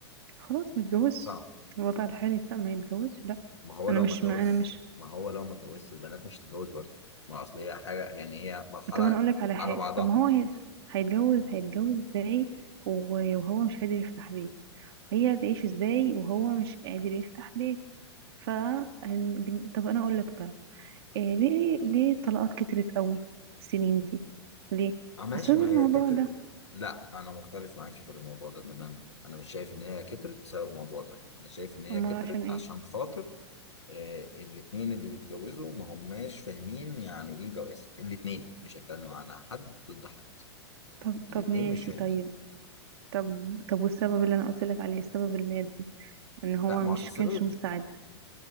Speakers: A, on the right; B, on the left.
A: خلاص ما يتجوزش
B: صعب
A: الوضع الحالي لا ما يتجوزش لا
B: ما هو
A: انا
B: لو
A: مش
B: ما اتجوزش
A: ما انا مش
B: ما هو لو ما اتجوزش البنات مش هتتجوز برضه ما اصل هي حاجة يعني هي مرحلة
A: طب انا اقول لك على حاجه
B: على بعضها
A: طب ما هو هي... هيتجوز هيتجوز ازاي و- وهو مش قادر يفتح بيت وهي هتعيش ازاي وهو مش قادر يفتح بيت ف هن- بن- طب انا اقول لك بقى إيه ليه ليه الطلاقات كترت قوي السنين دي ليه
B: اه ماشي
A: بسبب
B: ما
A: الموضوع
B: هي كتر
A: ده
B: لا انا مختلف معاكي في الموضوع ده تماما انا مش شايف ان هي كترت بسبب الموضوع ده انا شايف ان هي
A: امال
B: كترت
A: عشان ايه
B: عشان خاطر آه الاتنين اللي بيتجوزوا ما هماش فاهمين يعني ايه جواز الاتنين مش هتكلم عن حد ضد حد
A: طب
B: الاتنين
A: طب ماشي
B: مش فاهمين
A: طيب طب طب والسبب اللي انا قلت لك عليه السبب المادي ان هو
B: لا ما
A: مش
B: هو أصل السبب
A: كانش مستعد